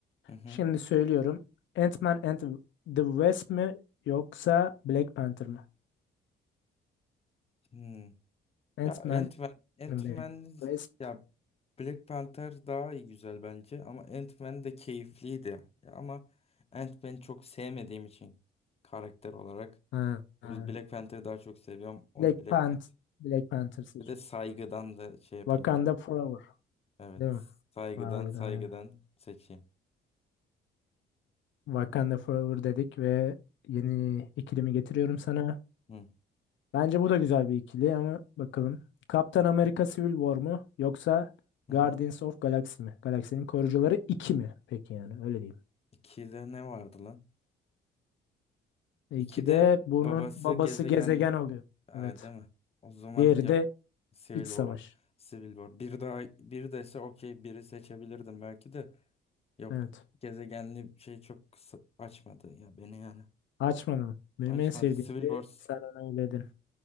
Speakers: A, on the left (about 30°); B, on the left (about 70°).
A: hı. hı.
B: Şimdi söylüyorum. Ant-Man and the Wasp mi yoksa Black Panther mı?
A: Hı.
B: Ant-Man
A: Ya Ant-Man, Ant-Man
B: ve Wasp.
A: ya Black Panther daha iyi güzel bence ama Ant-Man de keyifliydi. Ya ama Ant-Man'i çok sevmediğim için karakter olarak
B: Ha, ha.
A: o yüzden Black Panther'ı daha çok seviyorum. Onu
B: Black
A: Black
B: Panther.
A: Panther.
B: Black Panther seçiyoruz.
A: Bir de saygıdan da şey yapayım.
B: Wakanda Forever.
A: Evet.
B: Değil mi?
A: Saygıdan
B: Harbiden
A: saygıdan
B: öyle.
A: seçeyim.
B: Wakanda Forever dedik ve yeni ikilimi getiriyorum sana.
A: Hı
B: Bence bu da güzel bir ikili ama bakalım. Kaptan Amerika Civil War mu yoksa
A: hı.
B: Guardians
A: hı.
B: of Galaxy mi? Galaksinin Korucuları 2 mi? Peki yani öyle diyeyim.
A: İkide ne vardı lan?
B: E,
A: İkide
B: 2 de bunun
A: babası
B: babası
A: gezegen
B: gezegen oluyor.
A: ha,
B: Evet.
A: değil mi? O zaman
B: Diğeri de
A: Civil
B: iç
A: War'u.
B: savaş.
A: Civil War. Bir daha bir dese okey biri seçebilirdim belki de. Yok
B: Evet.
A: gezegenli şey çok kısa- açmadı ya beni yani.
B: Açmadım. Benim
A: Açmadı.
B: en sevdiğim
A: Civil
B: de
A: War.
B: sen ona eyledin.